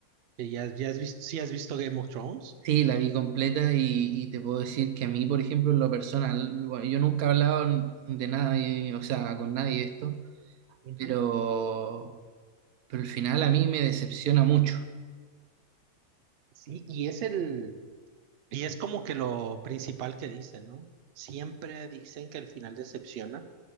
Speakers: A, on the right; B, on the right.
A: ¿Y ¿Ya, ya has visto, sí has visto Game of Thrones?
B: Sí, la vi completa y, y te puedo decir que a mí, por ejemplo, en lo personal, bueno, yo nunca he hablado de nada, eh, o sea, con nadie de esto.
A: Ujú.
B: pero, pero el final a mí me decepciona mucho.
A: Sí, y es el, y es como que lo principal que dicen, ¿no? Siempre dicen que el final decepciona.